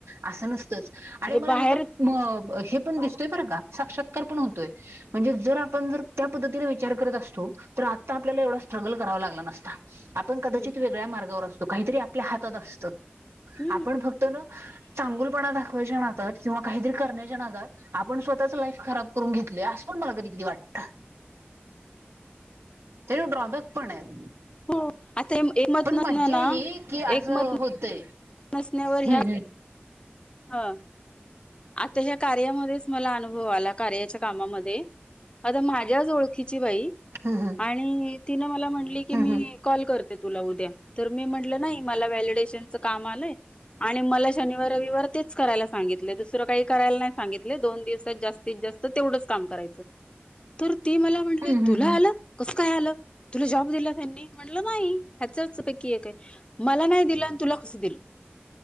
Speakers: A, on the right; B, on the left.
A: असं नसतंच. आणि
B: हे
A: मला
B: बाहेर
A: ह्याचा म हे पण दिसतोय बरं का, साक्षात कल्पनूर तोय, म्हणे जर आप पण जर त्या पद्धतीने विचार करत असतो, तर आ आता आपल्याला एवढा स्ट्रगल करावा लागला ना? असता आपण कदाचित
B: हम्म
A: वेगळ्या मार्गावर अस त काहीतरी आपल्या हातात असतं.
B: हम्म
A: आपणं फक्त न चांगुलपणा दाखवायच्या किंवा किंवा काहीतरी करण्याच्या नादात आपण स्वतःच लाईफ खराब करून घे असं पण मला कधीतरी वाटं ठेव ड्रॉबॅक पण आहेत.
B: हो आता एकमतमतनना
A: पण मज्जा ही की असं
B: एकमत
A: होतय
B: नसण्यावर
A: हम्म
B: ह्या
A: हम्म
B: हं, आता ह्या कार्यामध्येच मला अनु हो आला कार्याच्या कामामध्ये आता माझ्याच ओळखीची बाई
A: हं हं
B: आणिई तिनं मला म्हटली की,
A: हं
B: मीं
A: हं
B: कॉल कर तुला उद्या, तर मी म्हटलं नाहीं, मला वॅलेट केशनच काम आलंय आणि मला शनिवार, रवि तेच करायला सांगिन. तुला दुसरं काही करायला नाही सांगितल, दोन दिवसात जास्तीत जास्त तेवढंच काम करायचं ती मला म्हणली,
A: हं हं
B: तुला
A: हं
B: आलं, कस? काय आलं, तुला जॉब दिला त्यांनी, म्हणलं नाहीं, ह्याच्याचपैकी एक हाय, मला नाहीं दिला न तुला कसा दिला,